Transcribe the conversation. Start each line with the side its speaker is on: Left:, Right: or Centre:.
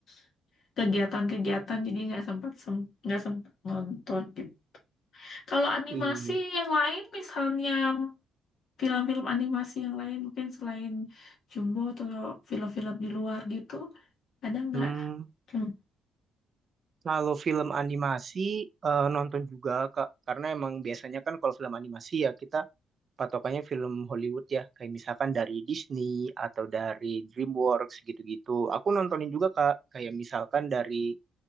Left: <laughs> kegiatan-kegiatan jadi nggak sempat sem- nggak sempat nonton gitu. Kalau animasi
Right: Iya.
Left: yang lain, misalnya film-film animasi yang lain, mungkin selain Jumbo atau film-film di luar gitu, ada nggak?
Right: Hmm,
Left: Hmm.
Right: kalau film animasi eh, nonton juga Kak, karena emang biasanya kan kalau film animasi ya kita patokannya film Hollywood ya, kayak misalkan dari Disney atau dari DreamWorks gitu-gitu. Aku nontonin juga Kak, kayak misalkan dari